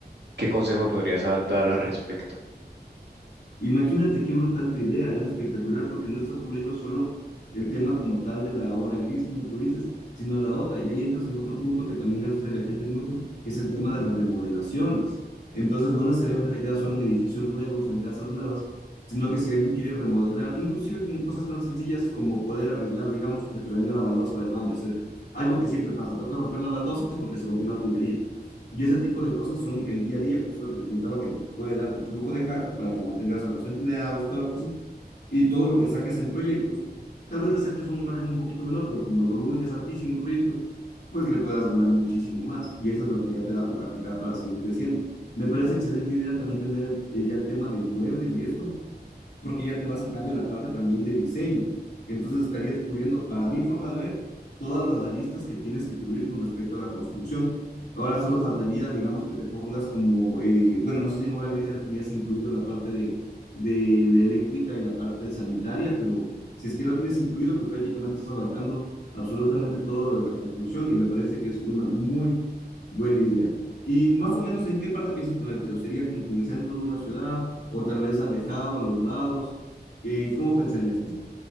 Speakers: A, on the right (about 80°); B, on the left (about 75°).
A: ¿Qué consejo me podrías dar al respecto?
B: Imagínate qué brutal tu idea, es espectacular porque no estás cubriendo solo el tema como tal de la obra gris, como tú dices, sino la otra. Y ahí entras en otro punto que también hace la gente mucho, que es el tema de las remodelaciones. Entonces, no necesariamente te quedas solo en edificios nuevos o en casas nuevas, sino que si alguien quiere remodelar, inclusive con cosas tan sencillas como poder arreglar, digamos que se te dañó la baldosa del baño, o sea, algo que siempre pasa, toca romper la baldosa porque se rompió una tubería. Y ese tipo de cosas son el día a día, que es lo que te comentaba, que te puede dar tu flujo de caja para que mantengas a los empleados, toda la cosa. Y todo lo que saques en proyectos, tal vez le saques un margen un poquito menor, pero como el volumen es altísimo en proyectos, pues le puedas ganar muchísimo más. Y eso es lo que ya te da tu capital para seguir creciendo. Me parece excelente idea también tener eh, ya el tema de inmuebles y esto, porque ya te vas en cambio a la parte también de diseño. Entonces estarías cubriendo, para mi forma de ver, todas las aristas que tienes que cubrir con respecto a la construcción. Ahora solo faltaría, digamos, que te pongas como, eh, bueno, no sé si en obra gris ya le tenías incluido la parte de, de la eléctrica y la parte sanitaria, pero si es que lo tienes incluido, pues prácticamente estás abarcando absolutamente todo de la construcción y me parece que es una muy buena idea. Y más o menos, ¿en qué parte piensas ponértelo? ¿Sería como que en el centro de una ciudad o tal vez alejado, a los lados? Eh, ¿cómo pensarías tú?